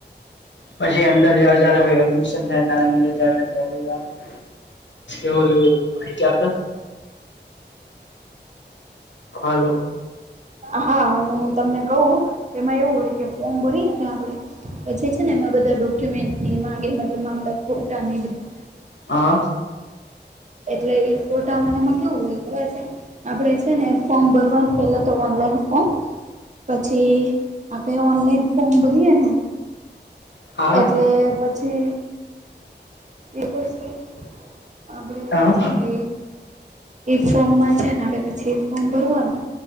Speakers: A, on the left; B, on the right.
A: પછી અંદર જાઓ જયારે એડમિશન થાય ત્યારે અંદરજાઓ એટલે પહેલી વાર <unintelligible> હલો.
B: હા હું તમને કહ એમાં એવું હોય કે ફોર્મ ભરીએને આપણે પછ છે ને એમાં બધા ડોક્યુમેન્ટને ઈ માંગે મતલબમાં આપડા ફોટાને એ બધું.
A: હા.
B: એટલે એ ફોટામાં એમાં કેવું હોય ખબર છે આપડે છે ને ફોર્મ ભરવાનું પેલા તો ઓનલાઈન ફોર્મ પછી આપણે ઓનલાઈન ફોર્મ ભરીએ ને
A: હા
B: એટલે પછી એક વર્ષ પછી આપડે
A: હા
B: છે ને એ ફોર્મમાં છેને આપડે પછી ફોર્મ ભરવાનું